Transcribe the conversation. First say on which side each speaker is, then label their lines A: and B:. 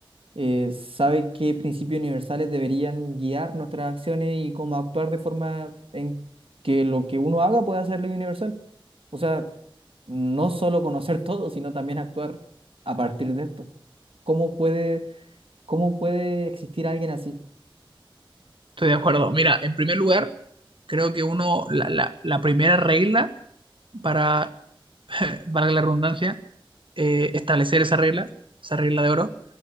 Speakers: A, on the right; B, on the right.
A: Eh, sabe qué principios universales deberían guiar nuestras acciones y cómo actuar de forma en que lo que uno haga pueda ser ley universal. O sea, no solo conocer <laughs> todo, sino también actuar a partir de esto. ¿Cómo puede, cómo puede existir alguien así?
B: Estoy de acuerdo. Mira, en primer lugar, creo que uno, la, la- la primera regla para, <laughs> valga la redundancia, eh, establecer esa regla, esa regla de oro,